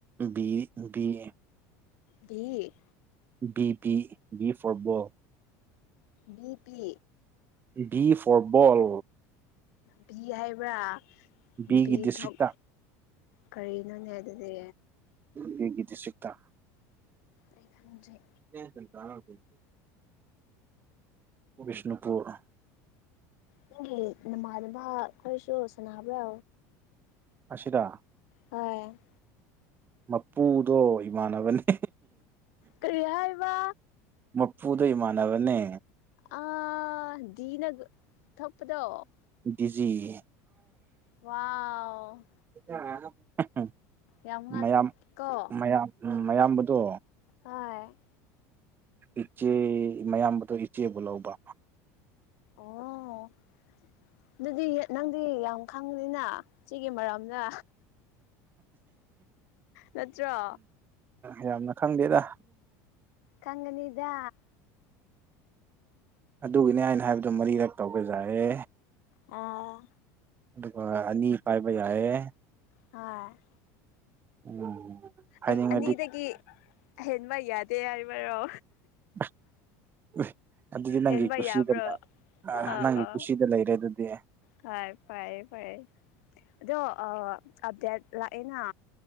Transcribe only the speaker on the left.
B
B P
B ꯍꯥꯏꯕ꯭ꯔꯥ
ꯕꯤ
ꯊꯣꯛ ꯀꯔꯤꯅꯣꯅꯦ ꯑꯗꯨꯗꯤ
ꯑꯩ ꯈꯪꯗꯔꯦ
ꯅꯪꯒꯤ ꯅꯃꯥꯟꯅꯕ ꯈꯣꯏꯁꯨ ꯁꯥꯟꯅꯕ꯭ꯔꯥ
ꯍꯣꯏ
ꯀꯔꯤ ꯍꯥꯏꯕ
ꯑ ꯗꯤꯅ ꯊꯣꯛꯄꯗꯣ
ꯋꯥꯎ
ꯌꯥꯝ ꯉꯛꯀꯣ
ꯍꯣꯏ
ꯑꯣ ꯑꯗꯨꯗꯤ ꯅꯪꯗꯤ ꯌꯥꯝ ꯈꯪ ꯅꯤꯅ ꯁꯤꯒꯤ ꯃꯔꯝꯅ ꯅꯠꯇ꯭ꯔꯣ
ꯀꯪꯒꯅꯤꯗ
ꯑꯥ
ꯍꯥꯏ
ꯑꯩ ꯑꯅꯤꯗꯒꯤ ꯍꯦꯟꯕ ꯌꯥꯗꯦ ꯍꯥꯏꯕꯔꯣ
ꯍꯦꯟꯕ
ꯌꯥꯕ꯭ꯔꯣ
ꯑꯥ
ꯑꯥ
ꯍꯣꯏ ꯐꯔꯦ ꯐꯔꯦ ꯑꯗꯣ ꯑꯞꯗꯦꯠ ꯂꯥꯛꯑꯦꯅ